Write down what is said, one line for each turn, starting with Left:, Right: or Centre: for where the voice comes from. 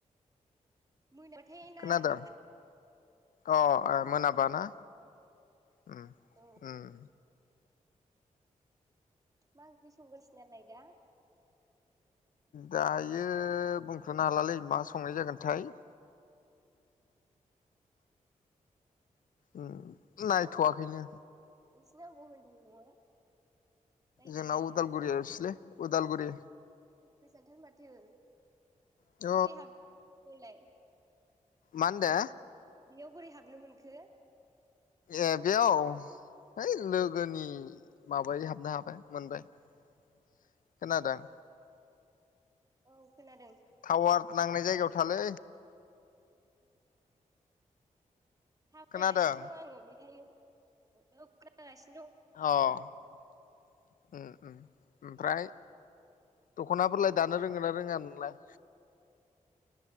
Right: मोनायावथाय नाङा
Left: खोनादों
Right: आंना
Left: अ ए मोनाबा ना उम
Right: औ
Left: ओम
Right: मा ओंख्रि संगोन नोंसिनालाय दा
Left: दायो बुंथ'नो हालालै मा संनाय जागोनथाय <inaudible> उम
Right: नोंसिना
Left: नायथ'वाखैनो
Right: अबाव <unintelligible> जायगाया
Left: जोंना उदालगुरि एफ्सलै उदालगुरि
Right: गोजानथार माथो
Left: अ
Right: बोरै हाबफैलाय
Left: मानदो
Right: बेयाव बोरै हाबनो मोनखो
Left: ए बेयाव हैइ लोगोनि माबाय हाबनो हाबाय मोनबाय खोनादों
Right: औ खोनादों
Left: टावार नांनाय जायगायाव थालै
Right: थाबायगासिनो
Left: खोनादों
Right: दं आङो बेखायनो हेलौ गाइस
Left: अ ओ ओम ओमफ्राय
Right: दङ।
Left: दख'नाफोरलाय दानो रोंगोना रोङा नोंलाय